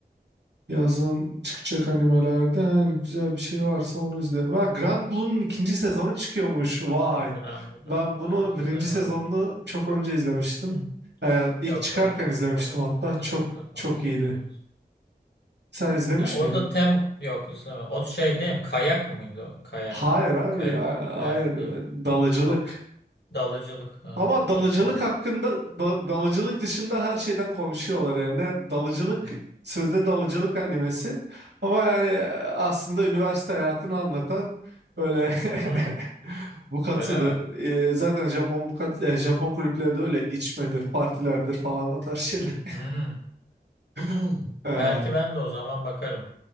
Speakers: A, on the right; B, on the left.
A: Yazın çıkacak animelerden güzel bir şey varsa onu izlerim. Ha, Grand Blue'nun ikinci sezonu çıkıyormuş. Vay.
B: Hmm, Grand Blue.
A: Ben
B: Ben
A: bunu
B: izlemiyorum
A: birinci sezonunu
B: onu.
A: çok önce izlemiştim.
B: Hı.
A: Ee, ilk
B: Yok
A: çıkarken
B: ben ona,
A: izlemiştim
B: ona
A: hatta.
B: o kadar
A: Çok
B: bakmadım.
A: çok iyiydi.
B: Evet.
A: Sen izlemiş
B: Ya o
A: miydin?
B: da tem yok izlemiyorum. O şey değil mi? Kayak mıydı o? Kayak.
A: Hayır abi.
B: Kayak.
A: ha-
B: Kayak
A: Hayır.
B: değil.
A: Dalıcılık.
B: Dalıcılık. Ha,
A: Ama dalıcılık
B: dalıcılık.
A: hakkında da- dalıcılık dışında her şeyden konuşuyorlar yani. Ne- Dalıcılık
B: Hmm.
A: sözde dalıcılık animesi ama yani e, aslında üniversite hayatını anlatan böyle
B: Hmm,
A: <laughs> bukatıdır.
B: Öyle mi?
A: E, zaten Japon bukat yani Japon kulüpleri de öyle içmedir, partilerdir falan o tarz şeyler.
B: Hmm.
A: <laughs> E,
B: Belki ben de o zaman bakarım.